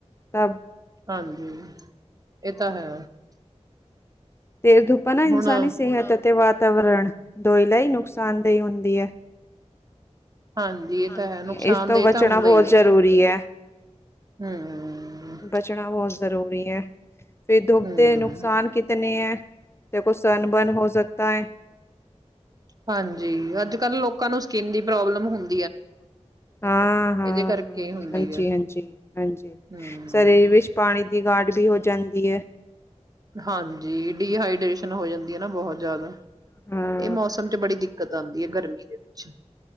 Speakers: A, on the left; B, on the right.
A: ਤਬ।
B: ਹਾਂਜੀ। ਏ ਤਾਂ ਹੈ।
A: ਤੇਜ ਧੁਪਾ ਨਾ ਇਨਸਾਨੀ
B: ਹੁਣ
A: ਸਿਹਤ ਅਤੇ ਵਾਤ ਵਾਤਾਵਰਨ ਦੋਇਲਾਈ ਨੁਕਸਾਨ ਦੇਈ ਹੁੰਦੀ ਐ।
B: ਹਾਂਜੀ, ਇਹ
A: ਹਾਂਜੀ
B: ਤਾਂ ਹੈ ਨੁਕਸਾਨਦੇਹ
A: ਇਸ ਤੋਂ ਬਚਣਾ
B: ਤਾਂ ਹੁੰਦਾ
A: ਬਹੁਤ
B: ਹੀ
A: ਜ਼ਰੂਰੀ
B: ਹੈ।
A: ਹੈ,
B: ਹੂੰ,
A: ਬਚਣਾ ਬਹੁਤ ਜ਼ਰੂਰੀ ਹੈ। ਫੇਰ ਦੁੱਧ
B: ਹੂੰ,
A: ਦੇ ਨੁਕਸਾਨ ਕਿਤਨੇ ਹੈ, ਦੇਖੋ ਸਨ ਬਰਨ ਹੋ ਸਕਦਾ ਹੈ।
B: ਹਾਂਜੀ ਅੱਜ ਕੱਲ੍ਹ ਲੋਕਾਂ ਨੂੰ ਸਕਿੰਨ ਦੀ ਪ੍ਰੋਬਲਮ ਹੁੰ
A: ਹਾਂ ਹਾਂ
B: ਕਰਕੇ ਹੁੰਦੀ
A: ਹਾਂਜੀ
B: ਹੈ।
A: ਹਾਂਜੀ ਹਾਂਜੀ
B: ਹੂੰ,
A: ਸਰੀਰ ਵਿੱਚ ਪਾਣੀ ਦੀ ਗਾਡ ਵੀ ਹੋ ਜਾਂਦੀ ਹੈ।
B: ਹਾਂਜੀ ਡੀਹਾਈਡ੍ਰੇਸ਼ਨ ਹੋ ਜਾਂਦੀ ਹੈ ਨਾ ਬਹੁਤ ਜ਼ਿਆਦਾ
A: ਬਹੁਤ ਜ਼ਿਆਦਾ। ਹਾਂ
B: ਇਹ ਮੌਸਮ ਚ ਬੜੀ ਦਿੱਕਤ ਆਂਦੀ ਐ ਗਰਮੀ ਦੇ ਅੱਛਾ।